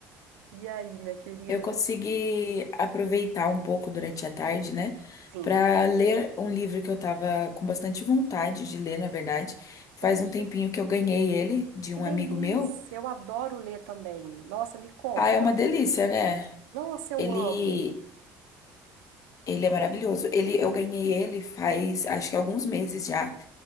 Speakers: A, on the right; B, on the left.
A: E aí, minha querida?
B: Eu consegui aproveitar um pouco durante a tarde, né,
A: Sim.
B: Para ler um livro que eu tava com bastante vontade de ler, na verdade. Faz
A: Poxa,
B: um tempinho que eu ganhei ele de
A: que
B: um
A: delícia!
B: amigo meu.
A: Eu adoro ler também. Nossa, me conta.
B: Ah, é uma delícia, né?
A: Nossa, eu
B: Ele
A: amo.
B: Ele é maravilhoso. Ele, eu ganhei ele faz, acho que alguns meses já.